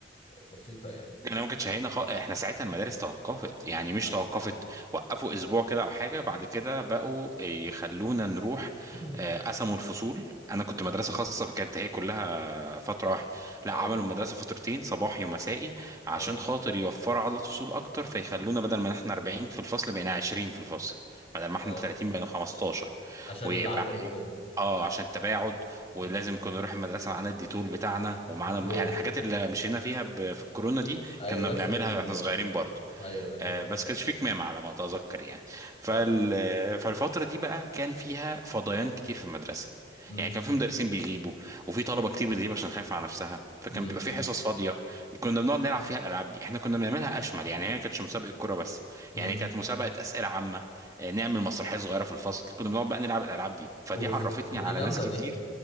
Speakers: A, on the left; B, on the right.
A: بسيطه يعني
B: انا ما كنتش هنا خ... احنا ساعتها المدارس توقفت يعني مش
A: اه
B: توقفت وقفوا اسبوع كده او حاجه بعد كده بقوا يخلونا نروح
A: <clears throat>
B: آه، قسموا الفصول انا
A: مم.
B: كنت مدرسه خاصه فكانت هي كلها فترة واحدة لا
A: اه
B: عملوا المدرسة فترتين صباحي ومسائي عشان
A: اه
B: خاطر يوفروا عدد فصول أكتر فيخلونا بدل ما احنا 40 في الفصل بقينا 20 في الفصل بدل ما احنا
A: اه
B: 30 بقينا 15
A: عشان
B: ويبقى
A: العدد وكده
B: اه عشان التباعد ولازم
A: مم.
B: كنا نروح المدرسه معانا الديتول بتاعنا ومعانا
A: بيتوزوا
B: الم... يعني الحاجات اللي مشينا فيها ب... في الكورونا دي
A: ايوه
B: كنا بنعملها
A: نفس ال
B: واحنا صغيرين برضو
A: ايوه ايوه
B: آه، بس كانش في كمامة على ما أتذكر يعني فال...
A: اه
B: فالفترة دي بقى كان فيها فضيان كتير في المدرسة
A: مم.
B: يعني كان في مدرسين بيغيبوا وفي طلبة كتير بتغيب عشان خايفة على نفسها فكان
A: مم.
B: بيبقى في حصص فاضية كنا بنقعد نلعب فيها الألعاب دي احنا كنا بنعملها أشمل يعني هي ما كانتش مسابقة كورة بس
A: مم.
B: يعني كانت مسابقة أسئلة عامة آه، نعمل مسرحية صغيرة في الفصل كنا بنقعد بقى نلعب الألعاب دي فدي
A: اوف
B: عرفتني
A: ما
B: على
A: دي جامده
B: ناس كتير
A: دي